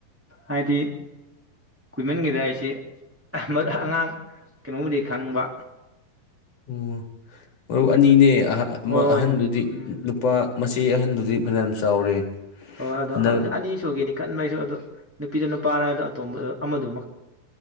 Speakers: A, in the centre; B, on the left.
A: ꯍꯥꯏꯗꯤ ꯀꯨꯏꯃꯟꯒꯤꯗ ꯑꯩꯁꯤ <unintelligible> ꯑꯉꯥꯡ ꯀꯩꯅꯣꯕꯨꯗꯤ ꯈꯪꯕ
B: ꯎꯝ ꯃꯔꯨ ꯑꯅꯤꯅꯦ ꯑꯍ ꯑꯃ
A: ꯍꯣꯏ ꯍꯣꯏꯅꯦ
B: ꯑꯍꯟꯗꯨꯗꯤ
A: ꯎꯝ
B: ꯅꯨꯄꯥ ꯃꯆꯦ ꯑꯍꯟꯗꯨꯗꯤ ꯐꯅꯌꯥꯝ ꯆꯥꯎꯔꯦ
A: ꯍꯣꯏ ꯑꯗꯣ
B: ꯍꯟꯗꯛ
A: ꯑꯅꯤ ꯁꯨꯒꯦꯗꯤ ꯈꯟꯕ ꯑꯩꯁꯨ ꯑꯗꯨ ꯅꯨꯄꯤꯔꯥ ꯅꯨꯄꯥꯔꯥ ꯑꯗꯨ ꯑꯇꯣꯝꯕꯗꯨ ꯑꯃꯗꯨ